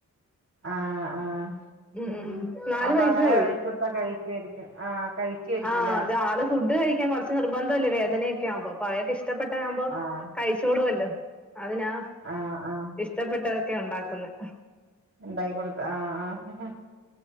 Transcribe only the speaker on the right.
ആഹ് ആഹ്
അപ്പൊ
അങ്ങനെ
വെച്ച് കൊടുത്താ കഴിക്കുവായിരിക്കും ആഹ് കഴിക്കുവായിരിക്കുംല്ലേ
ആഹ്
ആഹ് ആഹ്
ഉണ്ടായി കൊടുത്ത ആഹ് ആഹ്